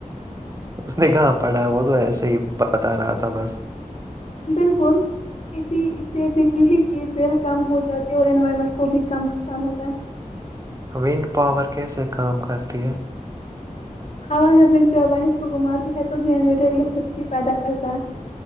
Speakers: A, on the right; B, on the left.
A: اس نے کہاں پڑھا وہ تو ایسا ہی بتا رہا تھا بس
B: بالکل اسی اس سے بجلی کی بل کم ہو جاتی ہے اور انوائرمنٹ کو بھی کم نقصان ہوتا ہے
A: ونڈ پاور کیسے کام کرتی ہے
B: ہوا جب بتی بس کو گھماتی ہے تو جنریٹر الیکٹرسٹی پیدا کرتا ہے